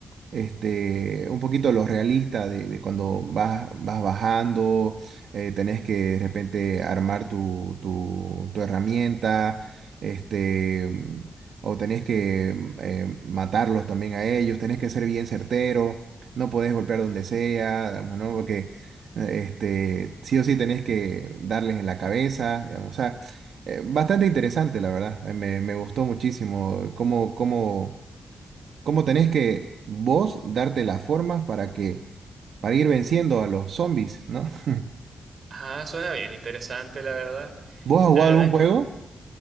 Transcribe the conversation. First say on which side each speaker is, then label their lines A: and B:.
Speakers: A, on the right; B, on the right.
A: este, un poquito lo realista de, de cuando vas, vas bajando, eh, tenés que de repente armar tu, tu, tu herramienta, este, mm, o tenés que mm, eh, matarlos también a ellos, tenés que ser bien certero, no podés golpear donde sea, digamos, ¿no? Porque eh, este, sí o sí tenés que darles en la cabeza, digamos, o sea, eh, bastante interesante, la verdad, eh, me, me gustó muchísimo cómo, cómo cómo tenés que vos darte las formas para que, para ir venciendo a los zombies, ¿no? <laughs>
B: Ah, suena bien, interesante, la verdad.
A: ¿Vos has
B: La
A: jugado
B: verdad
A: algún
B: es
A: juego?
B: que